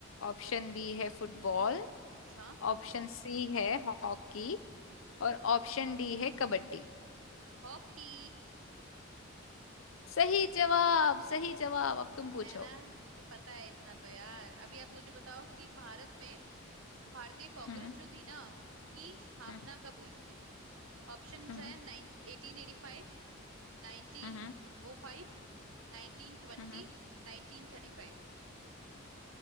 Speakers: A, on the left; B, on the right.
A: ऑप्शन बी है फुटबॉल
B: अच्छा
A: ऑप्शन सी है हॉकी
B: हम्म
A: और ऑप्शन डी है कबड्डी
B: हॉकी
A: सही जवाब सही जवाब अब तुम पूछो
B: है ना मुझे पता है इतना तो यार अभी आप मुझे बताओ कि भारत में भारतीय कांग्रेस
A: हम्म
B: जो थी ना उसकी स्थापना
A: हम्म
B: कब हुई थी ऑप्शंस
A: हम्म
B: है एटीन एटी फाइव नाइनटीन
A: हम्म
B: ओ फाइव नाइनटीन ट्वेंटी
A: हम्म, हम्म।
B: नाइनटीन थर्टी फाइव